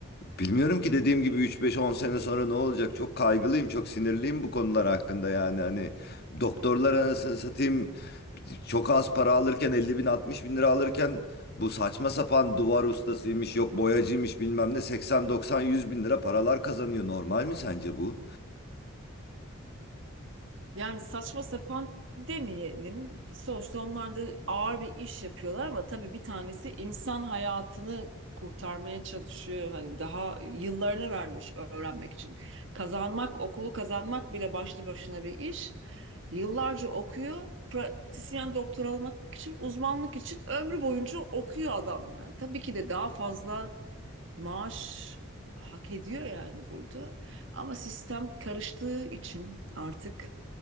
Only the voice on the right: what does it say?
Yani saçma sapan demeyelim. Sonuçta onlar da ağır bir iş yapıyorlar ama tabii bir tanesi insan hayatını kurtarmaya çalışıyor. Hani daha yıllarını vermiş öğrenmek için. Kazanmak, okulu kazanmak bile başlı başına bir iş. Yıllarca okuyor. Pratisyen doktor olmak için, uzmanlık için ömrü boyunca okuyor adam yani. Tabii ki de daha fazla maaş hak ediyor yani burada. Ama sistem karıştığı için artık